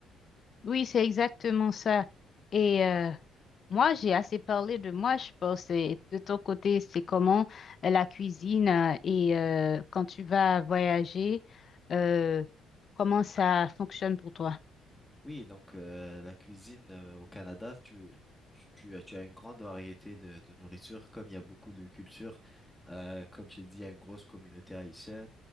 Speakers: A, on the left; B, in the centre.
A: Oui, c'est exactement ça. Et euh, moi, j'ai assez parlé de moi, je pense. Et de ton côté, c'est comment euh, la cuisine euh, et euh, quand tu vas voyager, euh, comment ça fonctionne pour toi?
B: Oui, donc euh, la cuisine euh, au Canada, tu, tu, tu as, tu as une grande variété de, de nourriture, comme il y a beaucoup de cultures. Euh, comme je l'ai dit, il y a une grosse communauté haïtienne,